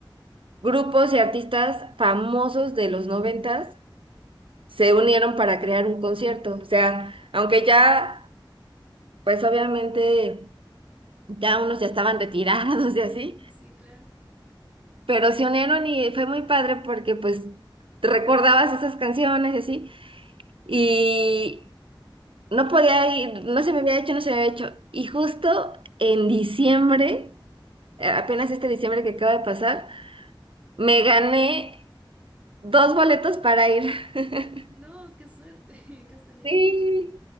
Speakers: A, on the right (about 85°); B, on the right (about 15°).
A: Grupos y artistas famosos de los noventas se unieron para crear un concierto. O sea, aunque ya, pues obviamente, ya unos ya estaban <laughs> retirados y así,
B: <laughs> Sí, claro.
A: pero se unieron y fue muy padre porque pues recordabas esas canciones y así, y no podía ir, no se me había hecho, no se me había hecho. Y justo en diciembre, eh, apenas este diciembre que acaba de pasar, me gané dos boletos para ir.
B: No,
A: <laughs>
B: qué suerte <laughs> que has tenido.
A: Sí.